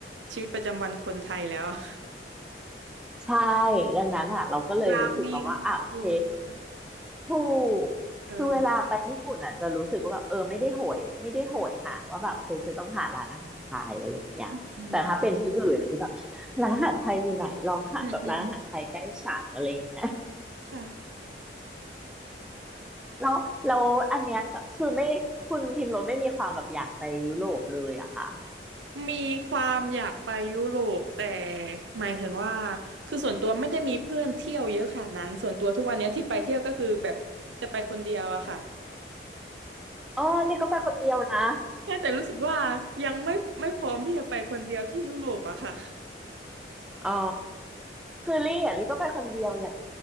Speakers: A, on the right; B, in the centre.
A: ชีวิตประจำวันคนไทยแล้วอะ
B: ใช่ดังนั้นอ่ะเราก็เลยรู้สึกมาว่าอ่ะโอเค
A: <laughs> ราเมงเออ
B: ถูกคือเวลาไปญี่ปุ่นอ่ะจะรู้สึกว่าแบบเออไม่ได้โหยไม่ได้โหยหาว่าแบบเคยจะต้องหาร้านอาหารไทยอะไรอย่างเงี้ยแต่ถ้าเป็นที่อื่นจะแบบ
A: เออ อืม
B: ร้านอาหารไทยอยู่ไหนลองหาแบบร้านอาหารไทยใกล้ฉันอะไรอย่างเงี้ย
A: อืมอืมค่ะ
B: แล้วแล้วอันเนี้ยคือไม่คุณพิมพ์รสไม่มีความแบบอยากไปยุโรปเลยหอะคะ
A: มีความอยากไปยุโรปแต่หมายถึงว่าคือส่วนตัวไม่ได้มีเพื่อนเที่ยวเยอะขนาดนั้นส่วนตัวทุกวันเนี้ยที่ไปเที่ยวก็คือแบบจะไปคนเดียวอะค่ะ
B: อ๋อเรียกก็ไปคนเดียวนะ
A: แค่แต่รู้สึกว่ายังไม่ไม่พร้อมที่จะไปคนเดียวที่ยุโรปอะค่ะ
B: อ๋อคือลี่อ่ะลี่ก็ไปคนเดียวอย่าง